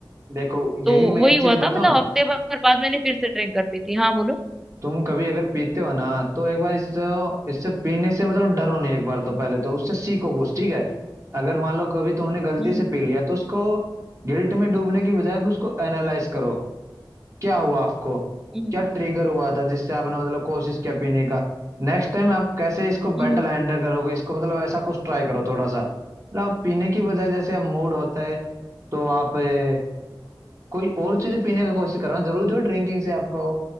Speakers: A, on the right; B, in the centre.
A: देखो
B: तो
A: यही मैं
B: वही
A: एक
B: हुआ
A: चीज बताऊं
B: था मतलब हफ्ते भर बाद मैंने फिर से ड्रिंक कर ली थी हाँ बोलो
A: तुम कभी अगर पीते हो ना तो एक बार इस इससे पीने से मतलब डरो नहीं एक बार तो पहले तो उससे सीखो कुछ ठीक है अगर मान लो कभी तुमने गलती
B: हम्म
A: से पी लिया तो उसको गिल्ट में डूबने की बजाय उसको एनालाइज करो क्या हुआ आपको
B: हम्म
A: क्या ट्रिगर हुआ था जिससे आपने मतलब कोशिश किया पीने का नेक्स्ट टाइम आप कैसे इसको
B: हम्म
A: बेटर हैंडल करोगे इसको मतलब ऐसा कुछ ट्राई करो थोड़ा सा मतलब आप पीने की बजाय जैसे आप मूड होता है तो आप ए, कोई और चीजें पीने का कोशिश करो जरूर थोड़ी ड्रिंकिंग से आपको